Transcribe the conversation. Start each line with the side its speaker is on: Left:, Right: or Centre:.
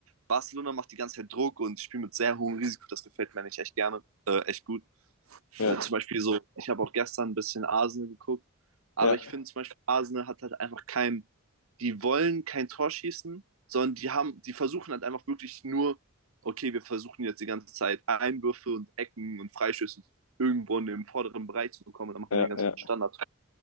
Right: Barcelona macht die ganze Zeit Druck und spielt mit sehr hohem Risiko. Das gefällt mir nicht echt gerne, äh, echt gut.
Left: Ja,
Right: Aber zum Beispiel so, ich habe auch gestern ein bisschen Arsenal geguckt, aber
Left: ja,
Right: ich finde zum Beispiel, Arsenal hat halt einfach kein, die wollen kein Tor schießen, sondern die haben, die versuchen halt einfach wirklich nur, okay, wir versuchen jetzt die ganze Zeit Einwürfe und Ecken und Freischüsse irgendwo in den vorderen Bereich zu bekommen und dann machen
Left: ja,
Right: wir den ganzen
Left: ja,
Right: Standard.